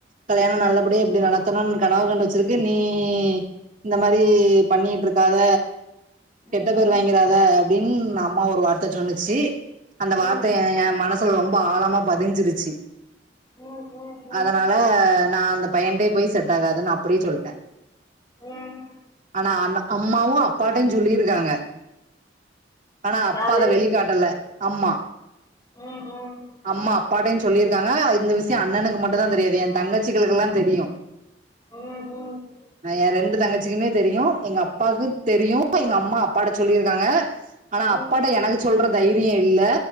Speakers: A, on the right; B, on the left.
A: கல்யாணம் நல்ல இப்டி எப்டி நடத்தணும்னு கனவு கண்டு வெச்சிருக்கு நீ இந்த மாரி பண்ணிட்டு இருக்காத கெட்ட
B: ம்
A: பேர்
B: ம்
A: வாங்கிறாத அப்டின்னு அம்மா ஒரு வார்த்த சொன்னுச்சு அந்த
B: ம்
A: வார்த்தை என் மனசுல ரொம்ப ஆழமா பதிஞ்சிருச்சு
B: ம் ம் ம்
A: அதனால நான் அந்த பையன்டேயே போய் செட் ஆகாதுன்னு அப்டியே சொல்ட்டேன்
B: ம்
A: ஆனா அ அம்மாவும் அப்பாட்டையும் சொல்லியிருக்காங்க ஆனா அப்பா
B: யாரு
A: அத வெளிக்காட்டல அம்மா
B: ம் ம்
A: அம்மா அப்பாட்டையும் சொல்லியிருக்காங்க இந்த விஷயம் அண்ணனுக்கு மட்டும் தான் தெரியாது என் தங்கச்சிகளுக்குெல்லாம் தெரியும்
B: ம் ம்
A: என் ரெண்டு தங்கச்சி தங்கச்சிக்குமே தெரியும் எங்க அப்பாக்கு தெரியும் எங்க அம்மா அப்பாட சொல்லியிருக்காங்க ஆனா
B: ம்
A: அப்பாட்ட எனக்கு சொல்ற தைரியம் இல்ல